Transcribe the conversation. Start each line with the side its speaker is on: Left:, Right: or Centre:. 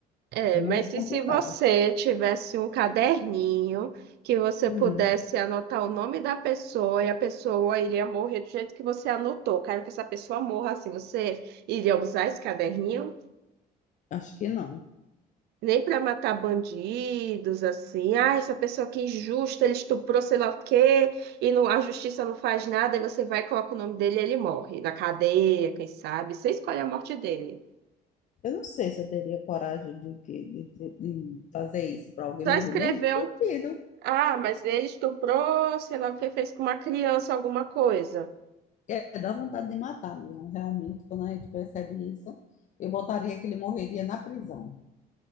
Right: é,
Left: muito
Right: mas
Left: complicado.
Right: e se você tivesse um caderninho que você
Left: Hum,
Right: pudesse anotar o nome da pessoa e a pessoa iria morrer do jeito que você anotou? Quero que essa pessoa morra assim. Você iria usar esse caderninho?
Left: acho que não.
Right: Nem para matar bandidos, assim. Ah, essa pessoa que é injusta, ele estuprou sei lá o quê, e não, a justiça não faz nada, e você vai e coloca o nome dele e ele morre. Na cadeia, quem sabe? Você escolhe a morte dele.
Left: Eu não sei se eu teria coragem de, que- de, de- de fazer isso para alguém
Right: Só
Left: morrer
Right: escrever
Left: mesmo. Bandido.
Right: um. Ah, mas ele estuprou, sei lá o que, fez com uma criança alguma coisa.
Left: É, dá vontade de matar mesmo, realmente, quando a gente percebe isso. Eu botaria que ele morreria na prisão.